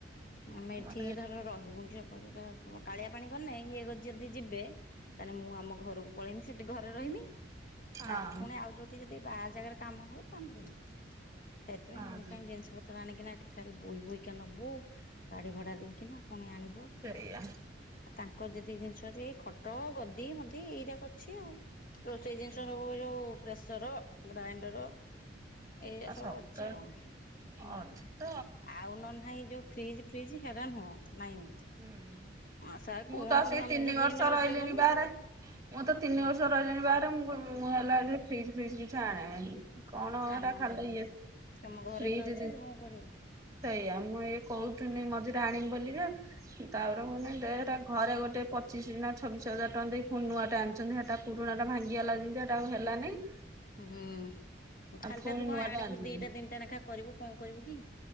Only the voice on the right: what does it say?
ମାନେ
ହଁ
ହଁ
ସେଇଆ
ହୁଁ
ଆଉ
ତ
ଅଛି ତ
ହୁଁ।
ମୁଁ
ତ
ଆସିକି
ତିନି
ବର୍ଷ
ରହିଲିଣିି
ବାହାରେ ମୁଁ ତ ତିନି
ବର୍ଷ ରହିଲିଣି ବାହାରେ ମୁଁ ହେଲା ଫ୍ରିଜ ଫ୍ରିଜ କିଛ ଆଣନି କଣ
ଏଟା ଖାଲି
ଇଏ
ସେ୍ରୀ
ଯଦ
ସେଇଆ ମୁଁ ଇଏ କହୁ ୁନି ମଝିରେ ଆଣିବି ବୋଲିିଜେ ତାପରେ ମୁଁ ଦେ ହେରା ଘରେ ଗୋଟେ ପଚିଶ ନା ଛବିଶ ହଜାର ଟଙ୍କା ଦେଇ ନୁଆ ଟେ ଆଣିଛନ୍ତି ହେଟା ପୁଡ଼ୁ ଲୁଣା ଟା ଭାଙ୍ଗିଗଲା ଜିନ୍ତି ହେଟା ଆଉ ହେଟା ହେଲାନେଇ।
ଫୁଣି
ନୂଆଟା
ଆଣିଛନ୍ତି